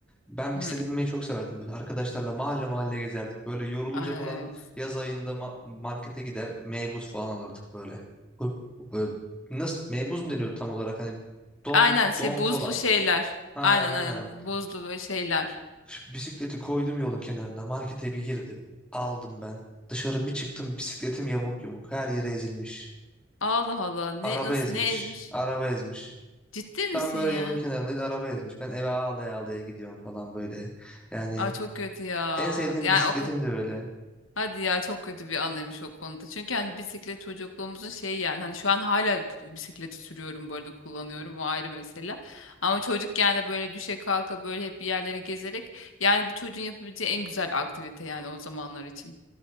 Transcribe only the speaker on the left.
Hmm.
Evet.
Aynen şey
buzlu
şeyler.
Aynen
aynen buzlu böyle şeyler.
Allah Allah ne
nasıl
ne ezmiş?
Ciddi misin
ya?
Aa çok kötü ya.
Yani
o
Hadi ya çok kötü bir anıymış o konuda. Çünkü hani bisiklet çocukluğumuzun şeyi yani hani şu an hala bisikleti sürüyorum bu arada kullanıyorum o ayrı mesele. Ama çocukken de böyle düşe kalka böyle hep bir yerlere gezerek yani bir çocuğun yapabileceği en güzel aktivite yani o zamanlar için.